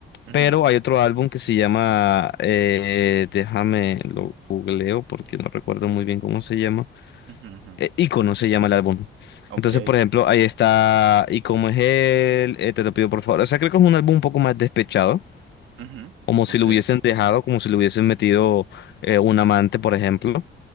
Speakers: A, on the right; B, on the left.
A: Ujú.
B: pero hay otro álbum que se llama eh, déjame lo googleo porque no recuerdo muy bien cómo se llama
A: Ujú, ujú.
B: eh, Ícono se llama el álbum.
A: Ok,
B: Entonces, por ejemplo, ahí está ¿Y cómo es él? eh, te lo pido por favor. O sea, creo que es un álbum un poco más despechado,
A: ujú,
B: como si
A: ok,
B: lo hubiesen dejado, como si le hubiesen metido eh, un amante, por ejemplo.